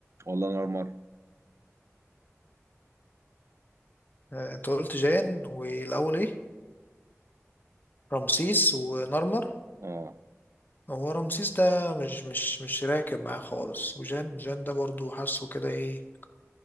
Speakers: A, on the right; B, on the left.
A: ولا نرمر
B: آه، انت قلت جان والاول ايه رمسيس ونرمر
A: اه
B: هو رمسيس ده مش مش مش راكب معاه خالص وجان جان ده برضو حاسه كده ايه